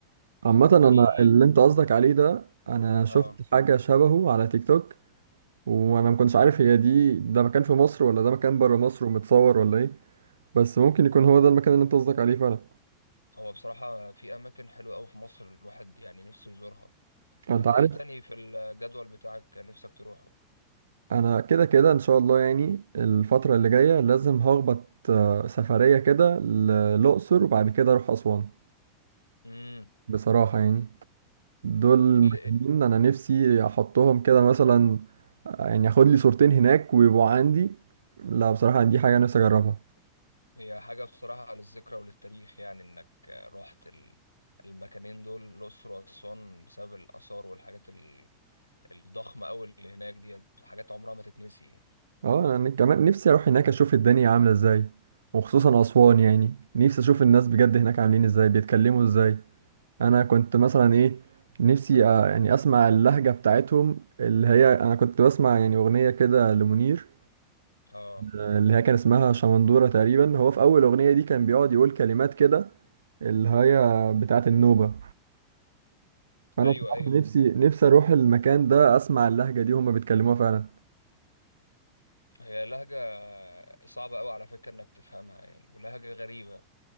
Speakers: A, on the right (about 70°); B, on the left (about 85°).
A: عامة
B: وفي
A: انا اللي انت قصدك عليه ده انا شفت
B: اه
A: حاجة شبهه على تيك توك وانا ما كنتش عارف هي دي ده مكان في مصر ولا ده مكان بره مصر ومتصور ولا ايه بس ممكن يكون هو ده المكان اللي انت قصدك عليه فعلا
B: هو بصراحة في اماكن حلوة قوي في مصر الواحد يعني نفسه يزورها
A: انت
B: انت
A: عارف
B: ايه تاني في الجدول بتاعك نفسك تروحه
A: انا كده كده ان شاء الله يعني الفترة اللي جاية لازم هخبط آه، سفرية كده للأقصر وبعد كده اروح أسوان
B: امم
A: بصراحة يعني دول
B: اللي
A: مكانين انا نفسي احطهم كده مثلا آه، يعني اخد لي صورتين هناك ويبقوا عندي لا بصراحة دي حاجة نفسي اجربها
B: هي حاجه بصراحه للذكرى وللتاريخ يعني انك رحت ال- المكانين دول الاقصر واسوان بسبب الاثار والحاجات ال- الضخمه قوي اللي هناك ديت حاجات عمرها ما تتنسي يعني.
A: اه انا كمان نفسي اروح هناك اشوف الدنيا عاملة ازاي وخصوصا اسوان يعني نفسي اشوف الناس بجد هناك عاملين ازاي بيتكلموا ازاي انا كنت مثلا ايه نفسي آه، يعني اسمع اللهجة بتاعتهم اللي هي انا كنت بسمع يعني اغنية كده لمنير
B: اه
A: آه، اللي هي كان اسمها شمندورة تقريبا هو في اول اغنية دي كان بيقعد يقول كلمات كده اللي هي بتاعت النوبة انا
B: ايوه
A: بصراحة
B: ايوه
A: نفسي نفسي اروح المكان ده اسمع اللهجة دي هما بيتكلموها فعلا
B: هي لهجه صعبه قوي على فكره انك تفهمها يعني ولهجه غريبه